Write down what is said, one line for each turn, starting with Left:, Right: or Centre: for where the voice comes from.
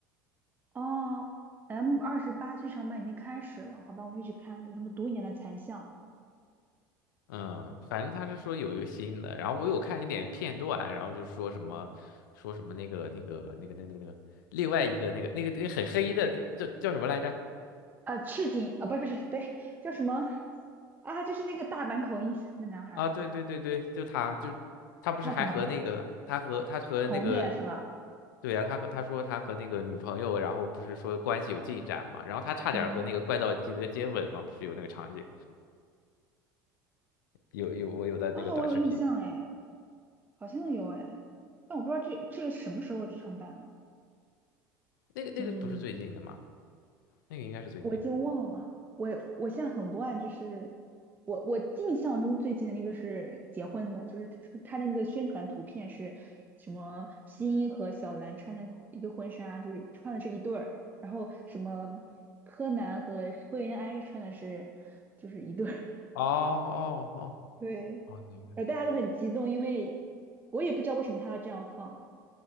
Right: 哦，M 二十八剧场版已经开始了，好吧，我们一起看，有什么独眼的残像，
Left: 嗯，反正他是说有一个新的，然后我有看一点片段，然后就说什么说什么那个那个那个那个那个那个另外一个那个那个那个很黑的叫叫什么来着？
Right: 啊，赤井啊，不是不是，对，叫什么啊？就是那个大阪口音那男孩儿
Left: 啊，对对对对，就他就他不是还和那个他和他和那个
Right: 他怎么了？红叶是吧？
Left: 对啊，他和他说他和那个女朋友，然后不是说关系有进展嘛，然后他差点和那个怪盗基德接吻嘛，
Right: 嗯，
Left: 不是有那个场景，有有我有的那个短视频，
Right: 啊，我有印象哎，好像有哎，但我不知道这这个什么时候剧场版了。
Left: 那个那个不是最近的吗？
Right: 嗯。
Left: 那个应该是最近的。
Right: 我已经忘了，我我现在很乱，就是我我印象中最近的那个是结婚的，就是他他的那个宣传图片是什么新一和小兰穿的一个婚纱，就是穿的是一对儿，然后什么柯南和灰原哀穿的是就是一对儿，
Left: 哦哦哦
Right: <laughs> 对，
Left: 哦，那个。
Right: 然后大家都很激动，因为我也不知道为什么他要这样放。